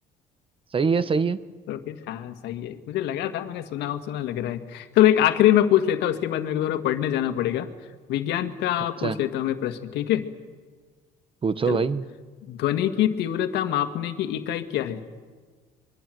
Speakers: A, on the right; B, on the left.
A: सही है सही है
B: तो फिर हाँ सही है मुझे लगा था मैंने सुना हो सुना लग रहा है चलो एक आखिरी मैं पूछ लेता हूँ उसके बाद मेरे को थोड़ा पढ़ने जाना पड़ेगा विज्ञान का
A: अच्छा
B: पूछ लेता हूँ मैं प्रश्न ठीक है
A: पूछो
B: चलो
A: भाई
B: ध्वनि की तीव्रता मापने की इकाई क्या है